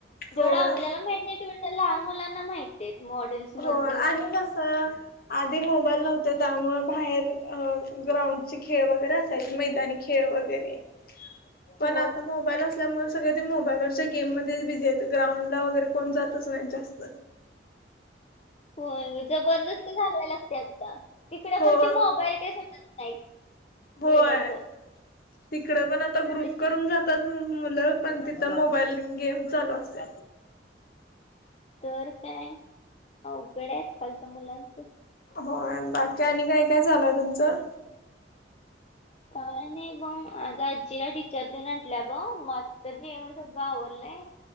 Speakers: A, on the left; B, on the left.
A: होय
B: जेवढं आपल्याला माहित नाही तेवढ्या त्या लहान मुलांना माहित आहेत मॉडेल्स मधलं
A: हो आणि कसं आदी मोबाईल नव्हते त्यामुळे बाहेर अ ग्राउंडचे खेळ वगैरे असायचे मैदानी खेळ वगैरे पण
B: हो
A: आता मोबाईल अस त्यालमुळे सगळे ते मोबाईलवरच्या गेममध्येच बिझी येतं ग्राउंडला वगैरे कोण जातच नाहीत जास्त.
B: होय जबरदस्ती घालवायला लागते आता तिकडे
A: हो
B: पण ते मोबाईल काही सुटत नाहीच.
A: होय
B: गेलं तर
A: तिकड पण आता ग्रुप
B: ते चिमटी
A: करून जात तर मुलं पण तिथं मोबाईल गेम चालू असते
B: तर काय अवघडाय आज कालच्या मुलांचं.
A: होय बाकी आणि काय काय झालय तुमचं?
B: काय नाही ब आज आजीला डीचार्ज देऊन आणटल्या ब म तर जेवण सगळं आवरलंय.